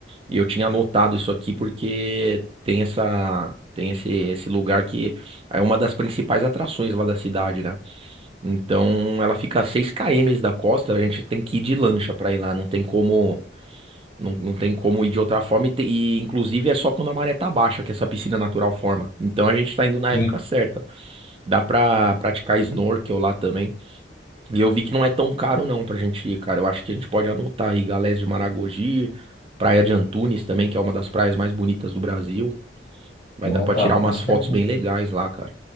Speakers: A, on the right; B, on the left.
A: E eu tinha anotado isso aqui porque tem essa tem esse, esse lugar que é uma das principais atrações lá da cidade, né? Então ela fica a 6 km da costa, a gente tem que ir de lancha pra ir lá, não tem como não, não tem como ir de outra forma e, te- e, inclusive é só quando a maré tá baixa que essa piscina natural forma. Então a gente tá indo na
B: Sim.
A: época certa. Dá pra praticar snorkel lá também. E eu vi que não é tão caro não pra gente ir, cara. Eu acho que a gente pode anotar aí Galés de Maragogi, Praia de Antunes também, que é uma das praias mais bonitas do Brasil. Vai dar
B: Opa,
A: pra tirar
B: com
A: umas
B: certeza.
A: fotos bem legais lá, cara.